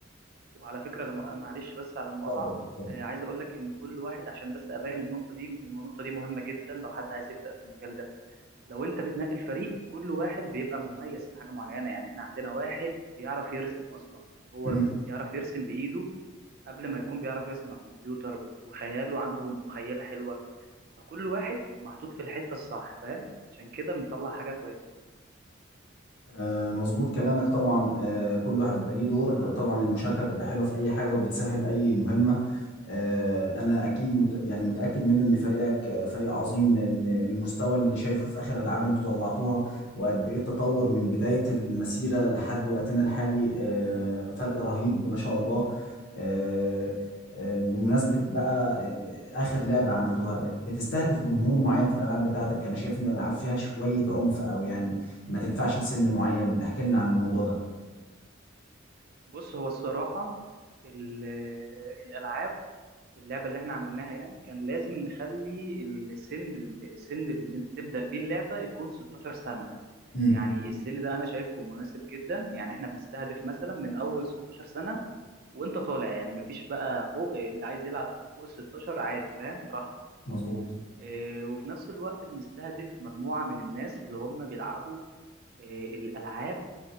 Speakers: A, on the right (about 50°); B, on the left (about 60°).
A: وعلى فكره لما معلش بس على المقاطعه
B: اتفضل اتفضل
A: آه عايز اقول لك ان كل واحد عشان بس ابين النقطه دي إن النقطه دي مهمه جدا لو حد عايز يبدا في المجال ده لو انت بتنقي الفريق كل واحد بيبقى مميز في حاجه معينه يعني احنا عندنا واحد بيعرف يرسم اصلا هو
B: مم.
A: بيعرف يرسم بايده قبل ما يكون بيعرف يرسم على الكمبيوتر وخياله عنده مخيله حلوه فكل واحد محطوط في الحته الصح فاهم عشان كده بنطلع حاجه كويسه
B: آه، مظبوط كلامك طبعا آه، كل واحد بيبقى ليه دور طبعا المشاركة بتبقى حلوة في أي حاجة وبتسهل أي مهمة آه، انا اكيد مت... يعني متاكد منه ان فريقك آه، فريق عظيم لان المستوى اللي شايفه في اخر العاب انتوا طلعتوها وقد ايه التطور من بدايه المسيره لحد وقتنا الحالي آه، فرق رهيب ما شاء الله آه، آه، بمناسبه بقى آه، آه، اخر لعبه عملتوها بتستهدف جمهور معين في الالعاب بتاعتك انا شايف ان الالعاب فيها شويه عنف او يعني ما تنفعش لسن معين احكي لنا عن الموضوع ده
A: بص هو الصراحه ال- الالعاب اللعبة اللي احنا عملناها يعني كان لازم نخلي السن السن اللي انت تبدأ بيه اللعبة يكون 16 سنة
B: امم
A: يعني السن ده انا شايفه مناسب جدا يعني احنا بنستهدف مثلا من اول 16 سنة وانت طالع يعني مفيش بقى فوق اللي عايز يلعب فوق ال 16 عادي فاهم براحته
B: مظبوط
A: اه وفي نفس الوقت بنستهدف مجموعة من الناس اللي هم بيلعبوا اه الألعاب